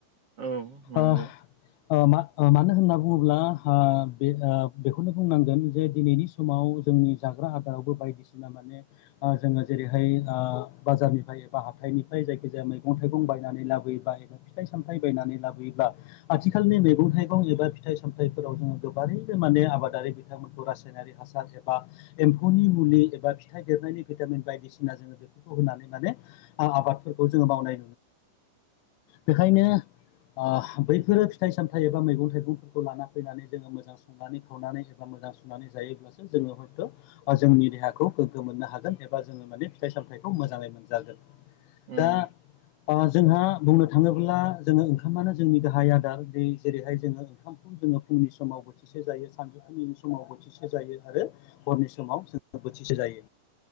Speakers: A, on the right; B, on the left.
A: औ नंगौ।
B: ओ ओ मा ओ मानो होनना बुङोब्ला ओ ओ बे बेखौनो बुंनांगोन जे दिनैनि समाव जोंनि जाग्रा आदारावबो बायदिसिना माने ओ जोङो जेरैहाय ओ बाजारनिफ्राय एबा हाथाइनिफ्राय जायखिजाया मैगं थाइगं बायनानै लाबोबाय फिथाइ सामथाय बायनानै लाबोयोब्ला आथिखालनि मैगं थाइगं एबा फिथाइ सामथाइफोराव जोङो <unintelligible> माने आबादारि बिथांमोनखौ रासायनारि हासार एबा एम्फौनि मुलि एबा फिथाइ देरनायनि सि भिटामिन बायदिसिना जोङो बेफोरखौ होनानै माने आबादफोरखौ जोङो मावनाय बेखायनो ओ बैफोरो फिथाइ सामथाइ एबा मैगं थाइगंफोरखौ लाना फैनानै जोङो मोजां संनानै खावनानै एबा मोजां सुनानै जायोब्लासो जोङो हयथ' जोंनि देहाखौ गोग्गो मोन नो हागोन एबा जोङो माने फिथाइ सामथाइखौ मोजांयै मोनजागोन
A: उम
B: दा ओ जोंहा बुंनो थाङोब्ला जोङो ओंखामानो जोंनि गाहाय आदार दै जेरैहाय जोङो ओंखामखौ जोङो फुंनि समाव बोथिसे जायो सानजौफुनि समाव बोथिसे जायो आरो हरनि समाव जोङो बोथिसे जायो।